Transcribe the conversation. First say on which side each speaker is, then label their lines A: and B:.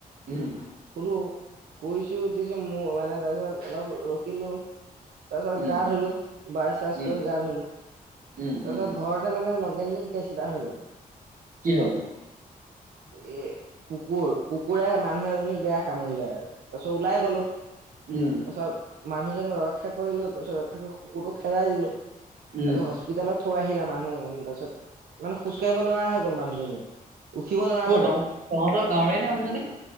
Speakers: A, on the right; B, on the right.
A: উম',
B: শুলোঁ, শুইছো উঠিছোঁ মই মানে তাৰপিছত অলপ ৰখিলো', তাৰপিছত
A: উম
B: গা ধুলোঁ ব্ৰাচ চাৰছ
A: উম
B: কৰি গা ধুলোঁ',
A: উম
B: তাৰপিছত
A: উম
B: ঘৰতে মানে লগাই লিংক সিধা হৈ গ'ল।
A: কি হ'ল?
B: এ', কুকুৰ কুকুৰে মানুহ এজনীক বেয়া কামুৰিলে আৰু তাৰপিছত ওলাই গলোঁ',
A: উম'
B: তাৰপিছত মানুহজনীক ৰক্ষা কৰিলোঁ তাৰপিছত ৰক্ষা কৰি কুকুৰটোক খেদাই দিলোঁ তাৰপিছত
A: উম
B: হস্পিতালত হস্পিতালত থৈ আহিল মানুহ মানে তাৰপিছত মানে খোজকাঢ়িব নোৱাৰা হৈ গ'ল মানুহজনীয়ে', উঠিব নোৱাৰা
A: ক'ত
B: হৈ গ'ল
A: বাৰু, তহঁতৰ গাঁওৰে নে মানুহজনী?